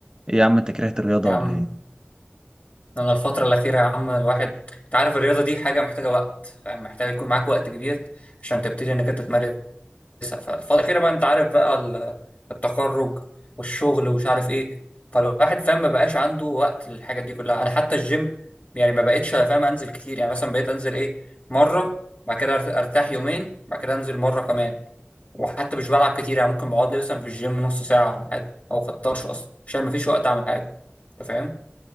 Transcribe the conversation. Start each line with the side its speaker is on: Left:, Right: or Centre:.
Right: ايه يا عم انت كرهت الرياضه
Left: يا عم
Right: ولا ايه
Left: انا الفتره الاخيره يا عم الواحد انت عارف الرياضه دي حاجه محتاجه وقت فاهم محتاج يكون معاك وقت كبير عشان تبتدي انك انت تمارس كويسه فالفتره الاخيره بقى انت عارف بقى ال- التخرج والشغل ومش عارف ايه فالواحد فاهم ما بقاش عنده وقت للحاجات دي كلها انا حتى الجيم يعني ما بقتش فاهم انزل كتير يعني مثلا بقيت انزل ايه مره بعد كده أرت- ارتاح يومين بعد كده انزل مره كمان وحتى مش بلعب كتير يعني ممكن بقعد لي مثلا في الجيم نص ساعه ولا حاجه او كترش اصلا عشان ما فيش وقت اعمل حاجه انت فاهم